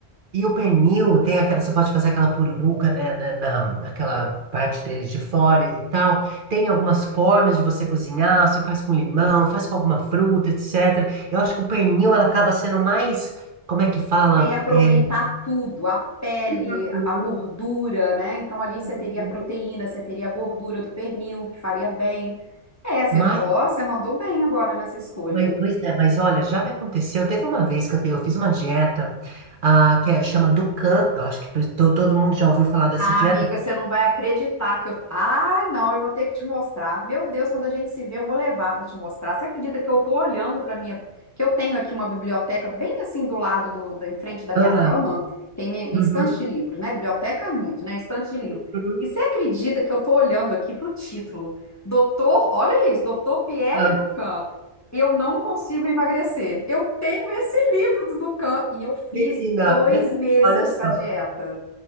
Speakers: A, on the right; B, on the left.
A: e o pernil tem aquela, você pode fazer aquela pururuca, né, na, na- naquela parte dele de fora e tal, tem algumas formas de você cozinhar, você faz com limão, faz com alguma fruta, etc. Eu acho que o pernil, ela acaba sendo mais, como é que fala?
B: Você ia aproveitar
A: Eh,
B: tudo, a pele,
A: Uhum,
B: a gordura, né? Então ali você
A: uhum.
B: teria a proteína, você teria a gordura do pernil, que faria bem. É, você,
A: Mas,
B: ma- ó, você mandou bem agora nessa escolha,
A: mas-
B: hein?
A: pois é, mas olha, já me aconteceu. Teve uma vez que eu, te- eu fiz uma dieta ah, que é, chama Dukan. Eu acho que to- todo mundo já ouviu falar dessa
B: Ah,
A: dieta.
B: amiga, você não vai acreditar que eu. Ah, não, eu vou ter que te mostrar. Meu Deus, quando a gente se vê, eu vou levar para te mostrar. Você acredita que eu tô olhando para minha. Que eu tenho aqui uma biblioteca bem assim do lado do, da, em frente da minha
A: Ah,
B: cama, tem minha, minha
A: uhum,
B: estante de livro, né? Biblioteca é muito, né? Estante de livro.
A: uhum.
B: E você acredita que eu tô olhando aqui pro título? Doutor, olha isso, Doutor Pierre
A: Ah,
B: Ducan. Eu não consigo emagrecer. Eu tenho esse livro do Ducan e eu fiz
A: menina,
B: dois
A: <laughs>
B: meses
A: olha
B: essa
A: só.
B: dieta.